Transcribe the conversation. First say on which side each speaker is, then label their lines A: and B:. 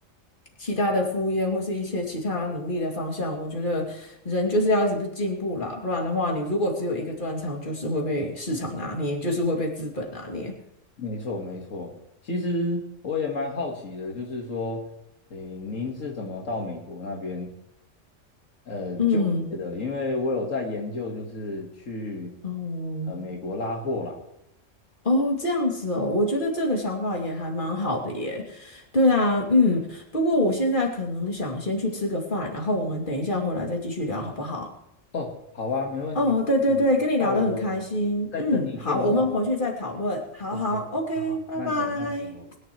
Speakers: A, on the left; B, on the left.
A: 其他的副业或是一些其他努力的方向。我觉得人就是要一直不进步啦，不然的话，你如果只有一个专长，就是会被市场拿捏，就是会被资本拿捏。
B: 没错，没错。其实我也蛮好奇的，就是说，诶，您是怎么到美国那边呃就业的？
A: 嗯，
B: 因为我有在研究，就是去
A: 哦，
B: 呃美国拉货啦。
A: 哦，这样子哦，我觉得这个想法也还蛮好的耶。对啊，嗯，不过我现在可能想先去吃个饭，然后我们等一下回来再继续聊，好不好？
B: 哦，好啊，没问题，
A: 哦，
B: 没问题。
A: 对对对，跟你聊得很开心。
B: 那我在等你电话好了
A: 嗯，好，我们回去再讨论。好好，OK，
B: OK，好好，
A: 拜拜。
B: 慢走慢走。